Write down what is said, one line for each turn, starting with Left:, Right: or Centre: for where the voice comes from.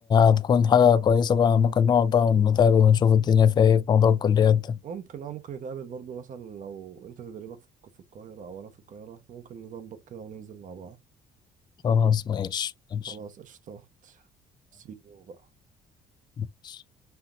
Left: هتكون حاجة كويسة بقى ممكن نقعد بقى ونتقابل ونشوف الدنيا فيها إيه في موضوع الكليات ده
Right: ممكن اه ممكن نتقابل برضو مثلا لو انت تدريبك في الك- في القاهرة او انا في القاهرة ممكن نظبط كده وننزل مع بعض
Left: خلاص ماشي ماشي
Right: خلاص قشطات سي يو بقى
Left: تمام.